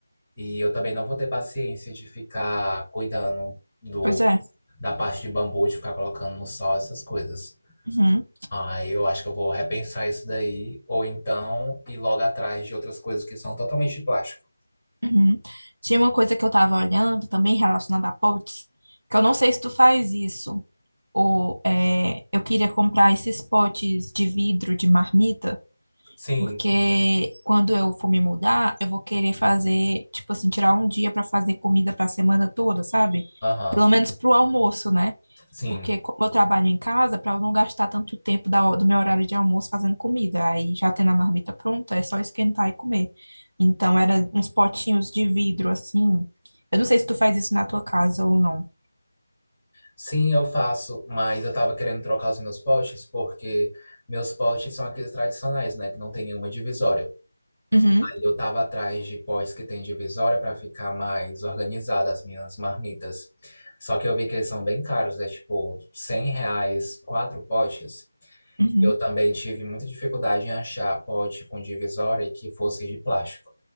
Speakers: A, on the left; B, on the right.
A: E eu também não vou ter paciência de ficar cuidando do,
B: pois é.
A: da parte de bambu, de ficar colocando no sol essas coisas.
B: uhum.
A: Ah, eu acho que eu vou repensar isso daí, ou então ir logo atrás de outras coisas que são totalmente de plástico.
B: Uhum. Tinha uma coisa que eu tava olhando também relacionada a potes, que eu não sei se tu faz isso, ou é, eu queria comprar esses potes de vidro de marmita,
A: Sim,
B: porque quando eu for me mudar, eu vou querer fazer, tipo assim, tirar um dia pra fazer comida pra semana toda, sabe?
A: aham,
B: Pelo menos pro almoço, né?
A: sim.
B: Porque como eu trabalho em casa, para eu não gastar tanto tempo da ho- do meu horário de almoço fazendo comida, aí já tendo a marmita pronta, é só esquentar e comer. Então era uns potinhos de vidro assim. Eu não sei se tu faz isso na tua casa ou não.
A: Sim, eu faço, mas eu tava querendo trocar os meus potes porque meus potes são aqueles tradicionais, né, que não tem nenhuma divisória.
B: Uhum,
A: Eu estava atrás de pós que tem divisória para ficar mais organizada as minhas marmitas. Só que eu vi que eles são bem caros, é tipo 100 reais, quatro potes.
B: uhum.
A: Eu também tive muita dificuldade em achar pote com divisória que fosse de plástico.